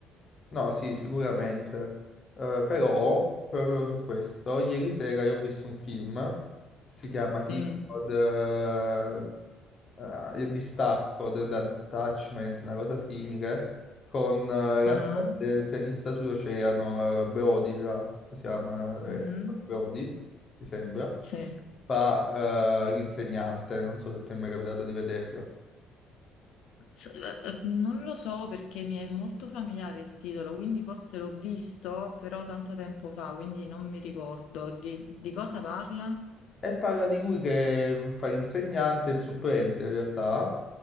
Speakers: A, on the left; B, on the left.
A: No, sì, sicuramente. Eh, però, proprio su questo, ieri sera io ho visto un film, si chiama tipo
B: Mm.
A: The- eh, Il distacco, The, The Attachment, una cosa simile, con eh, l'attore
B: Ah.
A: del pianista sull'oceano, eh, Brody, là, come si chiama? Eh,
B: Mm.
A: Brody, mi sembra,
B: Sì.
A: fa eh, l'insegnante, non so se ti è mai capitato di vederlo.
B: S- eh, eh, Non lo so perché mi è molto familiare il titolo, quindi forse l'ho visto, però tanto tempo fa, quindi non mi ricordo di, di cosa parla.
A: E parla di lui che mh, fa l'insegnante, il supplente in realtà,